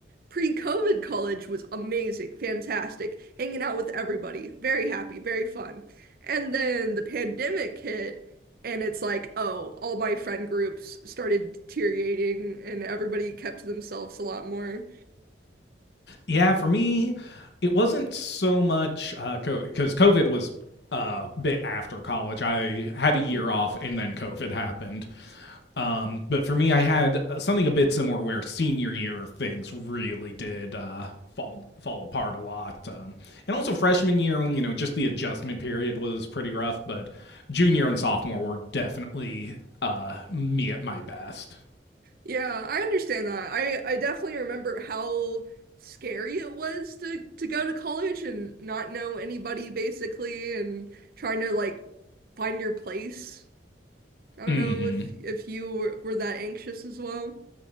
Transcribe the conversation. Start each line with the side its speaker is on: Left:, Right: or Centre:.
Right: Pre-COVID college was amazing, fantastic, hanging out with everybody, very happy, very fun. And then the pandemic hit and it's like, oh, all my friend groups started deteriorating and everybody kept to themselves a lot more.
Left: yeah, for me, it wasn't so much uh, COVID, because COVID was a uh, bit after college. I had
Right: Mhm.
Left: a year off and then COVID happened. Um, but for me, I had uh, something a bit similar where senior year things really did uh, fall fall apart a lot, um, and also freshman year, you know, just the adjustment period was pretty rough. But junior and sophomore were definitely uh, me at my best.
Right: Yeah, I understand that. I I definitely remember how scary it was to to go to college and not know anybody basically and trying to like find your place. I don't
Left: hmm
Right: know if if you were, were that anxious as well.